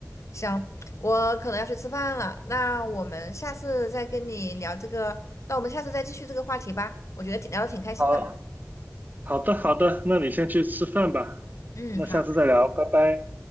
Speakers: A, on the left; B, on the right.
A: 行，我可能要去吃饭了，那我们下次再跟你聊这个，那我们下次再继续这个话题吧，我觉得挺聊的挺开心的。
B: 好好的好的，那你先去吃饭吧，
A: 嗯，
B: 那下次再聊，
A: 好。
B: 拜拜。